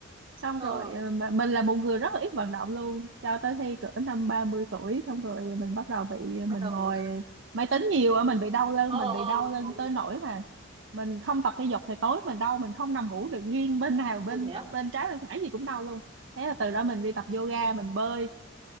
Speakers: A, on the right; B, on the right.
A: xong
B: ờ
A: rồi ờ, mà mình là một người rất là ít vận động luôn cho tới khi cỡ năm 30 tuổi xong rồi mình bắt đầu bị ờ, mình
B: bắt đầu
A: ngồi máy tính nhiều á mình bị đau lưng
B: ờ
A: mình bị
B: ờ
A: đau lưng
B: ừ.
A: tới nỗi mà mình không tập thể dục thì tối mình đau mình không nằm ngủ được nghiêng bên nào bên
B: ui thế á
A: bên trái bên phải gì cũng đau luôn thế là từ đó mình đi tập yoga mình bơi